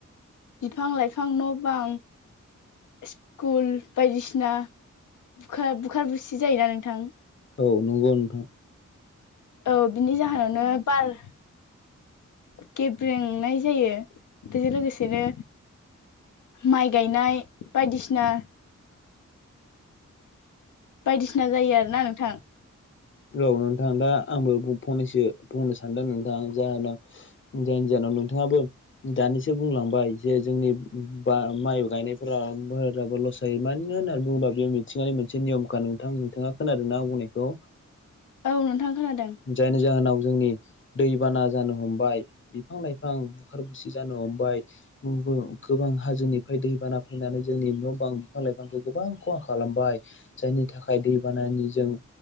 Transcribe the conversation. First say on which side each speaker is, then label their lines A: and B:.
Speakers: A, on the left; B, on the left.
A: बिफां लाइफां न' बां स्कुल बायदिसिना बुखार बुखार बुसि जायोना नोंथां?
B: औ नंगौ नोंथां।
A: औ बिनि जाहोनावनो बार गेब्रेंनाय जायो बेजों लोगोसेनो माइ गायनाय बायदिसिना बायदिसिना जायो आरोना नोंथां।
B: औ नोंथां दा आंबो फंनैसो बुंनो सानदों नोंथां जाहोनाव जायनि जाउन आव नोंथाङाबो दानिसो बुंलांबाय जे जोंनि। बा माइ गायनायफोराबो लस जायो मानो होननानै बुङोबा बेयाव मिथिंगानि मोनसे नियमखा नोंथां नोंथाङा खोनादोंना आं बुंनायखौ?
A: औ नोंथां। खोनादों
B: जायनि जहोनाव जोंनि दैबाना जानो हमबाय बिफां लाइफां बुखार बुसि जानो हमबाय। गोबां हाजोनिफ्राय दैबाना फैनानै जोंनि न' बां बिफां लाइफांखौ गोबां खहा खालामबाय। जायनि थाखाय दै बानानि जों